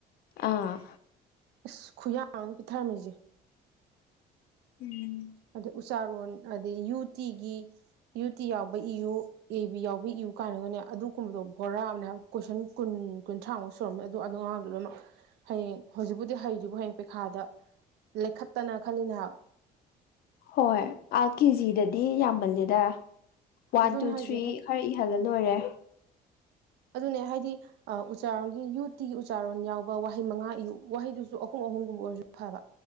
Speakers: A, on the left (about 65°); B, on the right (about 80°).
A: ꯑꯥ
B: ꯑꯁ ꯈꯨꯌꯥ ꯑꯃ ꯄꯤꯊꯔꯝꯃꯤꯖꯦ
A: ꯎꯝ
B: ꯑꯗ ꯎꯆꯥꯔꯣꯟ ꯑꯗꯩ ꯌꯨꯇꯤꯒꯤ ꯌꯨꯇꯤ ꯌꯥꯎꯕ ꯏꯌꯨ ꯑꯦ ꯕꯤ ꯌꯥꯎꯕꯤ ꯏꯌꯨ ꯀꯥꯢꯅꯒꯅꯦ ꯑꯗꯨꯒꯨꯝꯕꯗꯣ ꯕꯣꯔꯥ ꯑꯃꯅꯦ ꯍꯥꯏꯕ ꯀꯣꯏꯁꯟ ꯀꯨꯟ ꯀꯨꯟꯊ꯭ꯔꯥꯃꯨꯛ ꯁꯨꯔꯝꯅꯤ ꯑꯗꯨ ꯑꯗꯣ ꯑꯉꯥꯡꯗꯣ ꯂꯣꯏꯃꯛ ꯍꯌꯦꯡ ꯍꯧꯖꯤꯛꯄꯨꯗꯤ ꯍꯩꯔꯤꯕ ꯍꯌꯦꯡ ꯄꯩꯈꯥꯗ ꯂꯩꯈꯠꯇꯅ ꯈꯂꯤꯅꯦꯍꯞ
A: ꯍꯣꯏ ꯑ ꯀꯦꯖꯤꯗꯗꯤ ꯌꯥꯝꯃꯜꯂꯦꯗ ꯋꯥꯟ
B: ꯑꯗꯨꯅ
A: ꯇꯨ
B: ꯍꯥꯏꯁꯦ
A: ꯊ꯭ꯔꯤ ꯈꯔ ꯏꯍꯜꯂ ꯂꯣꯏꯔꯦ
B: ꯑꯗꯨꯅꯦ ꯍꯥꯏꯗꯤ ꯑ ꯎꯆꯥꯔꯣꯟꯒꯤ ꯌꯨꯇꯤꯒꯤ ꯎꯆꯥꯔꯣꯟ ꯌꯥꯎꯕ ꯋꯥꯍꯩ ꯃꯉꯥ ꯏꯌꯨ ꯋꯥꯍꯩꯗꯨꯁꯨ ꯑꯍꯨꯝ-ꯑꯍꯨꯝꯒꯨꯝꯕ ꯑꯣꯏꯔꯗꯤ ꯐꯕ